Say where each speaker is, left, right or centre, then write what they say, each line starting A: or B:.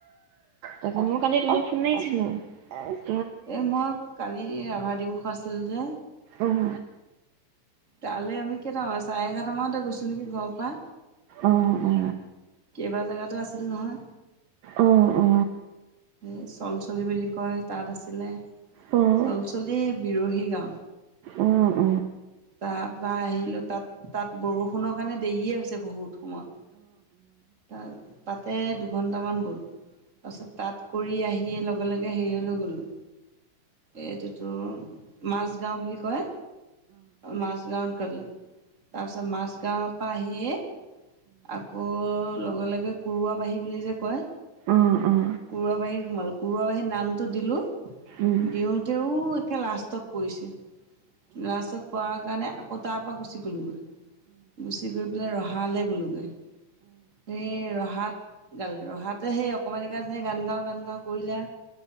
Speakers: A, on the right; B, on the right.
A: অ <unintelligible> কালি তুমি ফুনে <unintelligible>
B: এ মই আকৌ কালি ৰাভা দিৱস আছিল যে
A: অঁ
B: কালি আমি কেইটামান চাৰে এঘাৰটামানতে গৈছো নেকি ঘৰৰ পৰা।
A: অ অ।
B: কেবা জেগাতো আছিল নহয়।
A: অ অ।
B: এই চলচলি বুলি কয় তাত আছিলে,
A: অঁ
B: চলচলি বিৰহী গাঁও।
A: অঁ অঁ অঁ অঁ
B: তাৰপা আহিলোঁ তাত তাত বৰষুণৰ কাৰণে দেৰিয়ে হৈছে বহুত সময় ।তাত তাতে দুঘণ্টামান গ'ল। তাৰপিছত তাত কৰি আহিয়ে লগে লগে হেৰিয়লৈ গ'লোঁ ।এইটোতো মাজগাঁও বুলি কয়, মাজগাঁৱত গ'লে, তাৰপিছত মাজগাঁৱৰ পৰা আহিয়েই আকৌ লগে লগে কৰুৱাবাহী বুলি যে কয়
A: অঁ অঁ
B: কুৰুৱা বাহীত সোমালোঁ ।কুৰুৱা বাঁহীত নামটো দিলোঁ,
A: অঁ
B: দিওঁতেও একে লাষ্টত পৰিছে ।লাষ্টত পৰা কাৰণে আকৌ তাৰ পৰা গুচি গ'লোঁগৈ, গুচি গৈ পেলাই ৰহালৈ গ'লোঁগৈ। সেই ৰহাত গালে ৰহাতে সেই অকণমান নীয়ে গান গাও গান গাও কৰিলে,